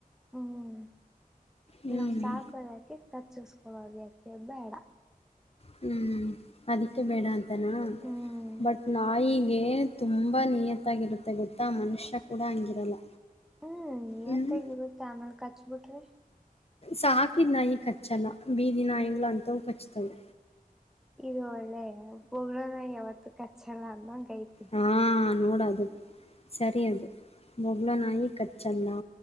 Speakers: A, in the centre; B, on the left.
A: ಹ್ಮ್
B: ಹ್ಞೂ
A: ನಾವ್ ಸಾಕೊದಕೆ. ಕಚ್ಚಿಸ್ಕೊಳ್ಳೋದೇಕ್ಕೆ ಬೇಡ.
B: ಹ್ಮ್ ಅದಕ್ಕೆ ಬೇಡ ಅಂತ ಅಂತನಾ?
A: ಹ್ಮ್
B: ಬಟ್ ನಾಯಿ ಗೆ ತುಂಬಾ ನಿಯತ್ತಾಗಿರುತ್ತೆ ಗೊತ್ತಾ? ಮನುಷ್ಯ ಕೂಡ ಹಂಗಿರಲ್ಲ.
A: ಹ್ಮ್ ನಿಯತ್ತಗರುತ್ತೆ
B: ಹ್ಮ್.
A: ಆಮೇಲ ಕಚ್ ಬಿಟ್ರೆ.
B: ಸಾಕಿದ್ದ ನಾಯಿ ಕಚ್ಚಲ್ಲ ಬೀದಿ ನಾಯಿಗ್ಗಳು ಅಂತವು ಕಚ್ತವೆ.
A: ಇದು ಒಳ್ಳೆ ಬೊಗಳೊ ನಾಯಿ ಯಾವತ್ತು ಕಚ್ಚಲ್ಲ ಅಂದಂಗ್ ಐತೆ.
B: ಹಾ ನೋಡದು. ಸರಿ ಅದು ಬೊಗ್ಲೊ ನಾ ನಾಯಿ ಕಚ್ಚಲ್ಲಾ.